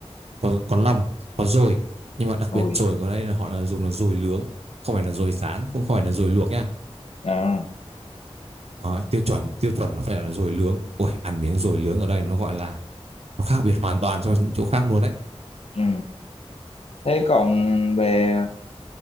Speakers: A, on the right (about 65°); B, on the left (about 65°).
A: có có lòng có dồi nhưng mà đặc
B: rồi
A: biệt dồi của đây là họ là dùng là dồi nướng không phải là dồi rán không không phải là dồi luộc nhá
B: à
A: Đấy, tiêu chuẩn tiêu chuẩn nó phải là dồi nướng ui ăn miếng dồi nướng ở đây nó gọi là nó khác biệt hoàn toàn so với những chỗ khác luôn đấy
B: ừ thế còn về